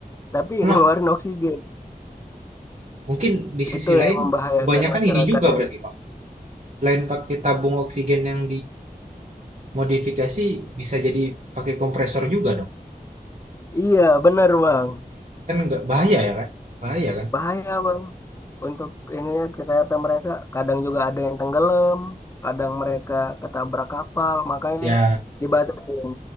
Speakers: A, on the left; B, on the right.
A: tapi <laughs>
B: lah
A: ngeluarin oksigen.
B: mungkin di sisi
A: Itu
B: lain
A: yang membahayakan
B: kebanyakan
A: masyarakat
B: ini juga
A: ya.
B: berarti Bang. Selain pakai tabung oksigen yang dimodifikasi bisa jadi pakai kompresor juga dong.
A: Iya, bener bang.
B: Kan nggak bahaya ya kan? Bahaya kan?
A: Bahaya bang. Untuk ini ya, kesehatan mereka. Kadang juga ada yang tenggelam, kadang mereka ketabrak kapal. Makanya
B: Ya
A: dibatasin.